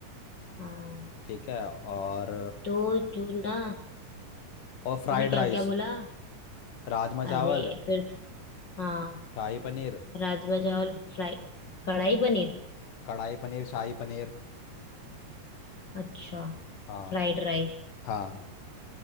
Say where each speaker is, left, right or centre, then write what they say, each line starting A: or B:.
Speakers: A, on the left; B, on the left.
A: हाँ
B: ठीक है और
A: तो तू ना
B: और फ्राइड
A: तूने
B: राइस
A: क्या क्या बोला
B: राजमा
A: अरे
B: चावल
A: फिर त- हाँ
B: शाही पनीर
A: राजमा चावल फ्राई कढ़ाई पनीर
B: कढ़ाई पनीर शाही पनीर
A: अच्छा
B: हाँ
A: Fried rice
B: हाँ